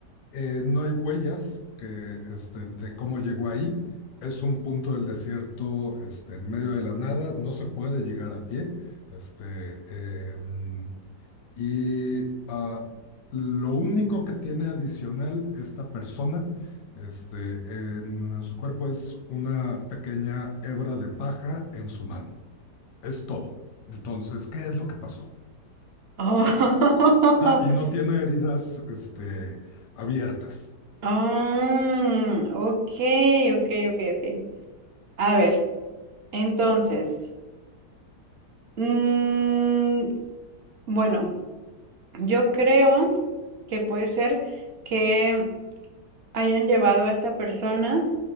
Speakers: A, on the left (about 80°); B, on the right (about 65°).
A: eh, no hay huellas que, este, de cómo llegó ahí, es un punto del desierto este, en medio de la nada, no se puede llegar a pie. Este, em, y ah, lo único que tiene adicional esta persona este, en su cuerpo es una pequeña hebra de paja en su mano. Es todo. Entonces, ¿qué es lo que pasó?
B: Oh, <laughs>
A: Ah, y no tiene heridas este, abiertas.
B: mm, ok, ok, ok, ok. A ver, entonces, mm, bueno, yo creo que puede ser que hayan llevado a esta persona